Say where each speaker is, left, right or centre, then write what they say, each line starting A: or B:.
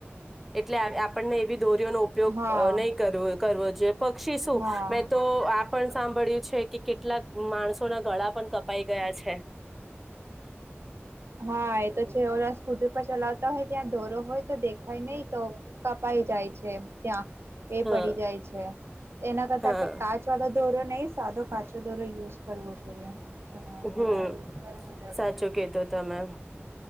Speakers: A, in the centre; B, on the right.
A: એટલે આપણને એવી દોરીઓ નો ઉપયોગ
B: હા
A: નહી કર કરવો જોઈએ પક્ષી શું
B: હા
A: મેં તો આ સાંભળ્યું છે કે કેટલાક માણસો ના ગળા પણ કપાઈ ગયા છે
B: હા સ્કૂટી પર ચલા તો ત્યાં દોરો હોય તો દેખાય નહીં તો કપાઈ જાય છે ત્યાં એ
A: હા
B: પડી જાય છે એના કરતા
A: હા
B: આપડે કાચ વાળો દોરો નય સાદો કાચો દોરો યુઝ કરવો જોઈએ. <inaudible>
A: હમ સાચું કીધું તમે